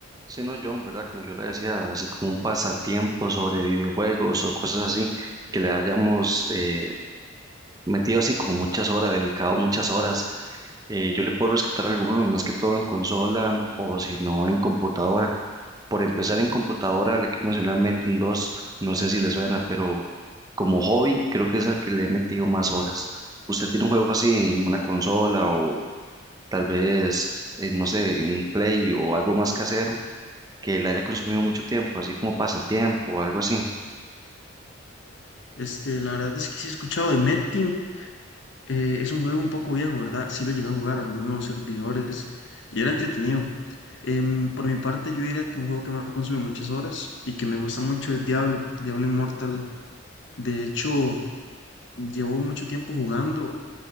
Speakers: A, on the right; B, on the left.
A: Sí, no, John, ¿verdad? Como yo le decía, así como un pasatiempo sobre videojuegos o cosas así, que le hayamos eh, metido así como muchas horas, dedicado muchas horas. Eh, yo le puedo rescatar algunos, más que todo en consola o si no en computadora. Por empezar en computadora, le quiero mencionar Metin 2, no sé si le suena, pero como hobby creo que es al que le he metido más horas. ¿Usted tiene un juego así en una consola o tal vez, eh, no sé, en Play o algo más casero? que la haya consumido mucho tiempo, así como pasatiempo o algo así.
B: Este, la verdad es que sí he escuchado de Metin. eh, es un juego un poco viejo, ¿verdad? Sí lo llegué a jugar a algunos servidores y era entretenido. Em, por mi parte, yo diría que un juego que me ha consumido muchas horas y que me gusta mucho es Diablo, Diablo Immortal. De hecho, llevo mucho tiempo jugando